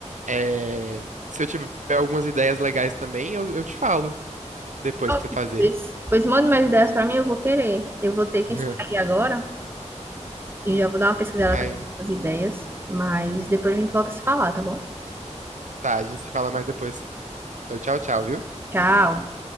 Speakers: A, on the right; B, on the right.
A: É, se eu tiver algumas ideias legais também, eu, eu te falo depois
B: Pronto,
A: pra você fazer.
B: Pois, pois mande mais ideias pra mim, eu vou querer. Eu vou ter que
A: <laughs>
B: sair agora e já vou dar uma pesquisada
A: Aí,
B: nessas ideias, mas depois a gente volta a se falar, tá bom?
A: tá, a gente se fala mais depois, sim. Então, tchau, tchau, viu?
B: Tchau.